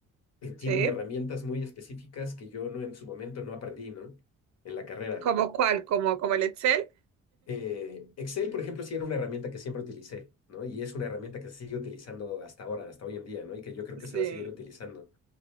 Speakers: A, on the left (about 55°); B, on the right (about 65°).
A: eh, tienen
B: sí.
A: herramientas muy específicas que yo no en su momento no aprendí, ¿no? En la carrera.
B: ¿Cómo cuál? ¿Como, como el Excel?
A: Eh, Excel, por ejemplo, sí era una herramienta que siempre utilicé, ¿no? Y es una herramienta que se sigue utilizando hasta ahora, hasta hoy en día, ¿no? Y que yo creo que
B: sí,
A: se va a seguir utilizando.